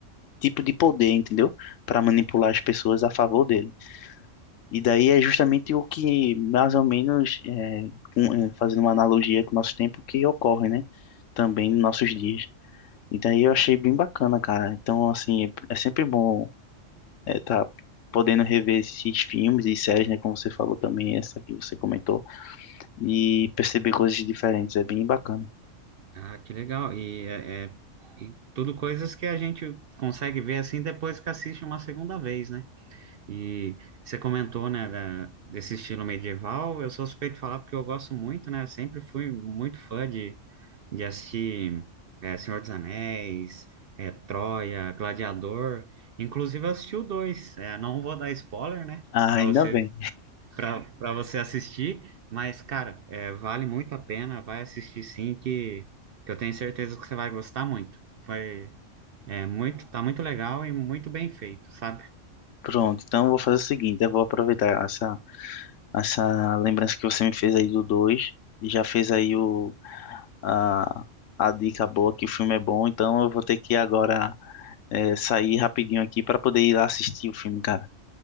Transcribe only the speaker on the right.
Ah, que legal. E, é, é- e tudo coisas que a gente consegue ver assim depois que assiste uma segunda vez, né? E você comentou, né, da- desse estilo medieval. Eu sou suspeito de falar porque eu gosto muito, né? Sempre fui muito fã de de assistir é, Senhor dos Anéis, é, Troia, Gladiador. Inclusive, eu assisti o dois. É, não vou dar spoiler, né?
Para
você,
para para você assistir. Mas, cara, é, vale muito a pena. Vai assistir sim, que, que eu tenho certeza que você vai gostar muito. Foi, é, muito, tá muito legal e muito bem feito, sabe?